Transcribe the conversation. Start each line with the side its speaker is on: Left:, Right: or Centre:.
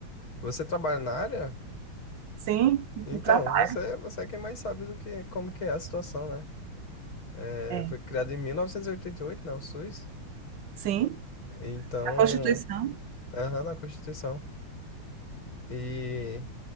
Left: você trabalha na área?
Right: Sim,
Left: Então,
Right: ultrapassa.
Left: você, você é quem mais sabe do que como que é a situação, né? É,
Right: É.
Left: foi criado em 1988, né, o SUS.
Right: Sim,
Left: Então,
Right: a Constituição
Left: Aham, na Constituição. E